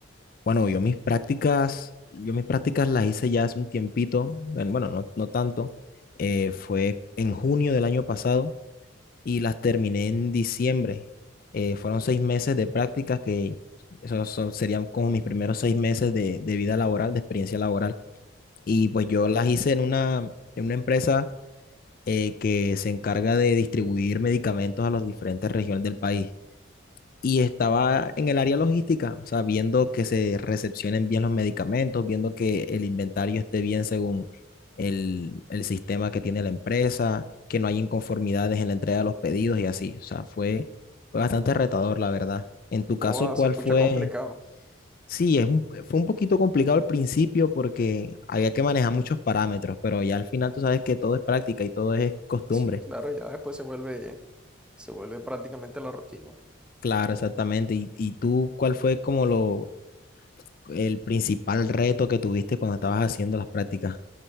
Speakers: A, on the left; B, in the centre.
A: bueno, yo mis prácticas, yo mis prácticas las hice ya hace un tiempito, en- bueno, no, no tanto, eh, fue en junio del año pasado y las terminé en diciembre. Eh, fueron seis meses de prácticas que esos son- serían como mis primeros seis meses de, de vida laboral, de experiencia laboral. Y pues yo las hice en una, en una empresa eh, que se encarga de distribuir medicamentos a las diferentes regiones del país. Y estaba en el área logística, o sea, viendo que se recepcionen bien los medicamentos, viendo que el inventario esté bien según el, el sistema que tiene la empresa, que no hay inconformidades en la entrega de los pedidos y así. O sea, fue, fue bastante retador, la verdad. En tu
B: O
A: caso, ¿cuál
B: se escucha
A: fue?
B: complicado.
A: Sí, es un- fue un poquito complicado al principio porque había que manejar muchos parámetros, pero ya al final tú sabes que todo es práctica y todo es costumbre.
B: Sí, claro, ya después se vuelve, se vuelve prácticamente la rutina.
A: Claro, exactamente. ¿Y, y tú cuál fue como lo, el principal reto que tuviste cuando estabas haciendo las prácticas?